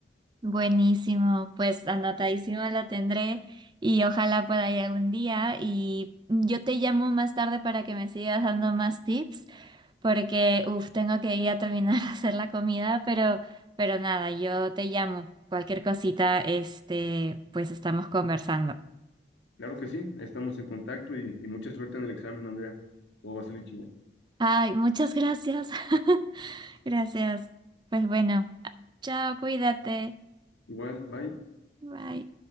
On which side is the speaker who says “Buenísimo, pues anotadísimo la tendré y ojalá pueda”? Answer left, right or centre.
Right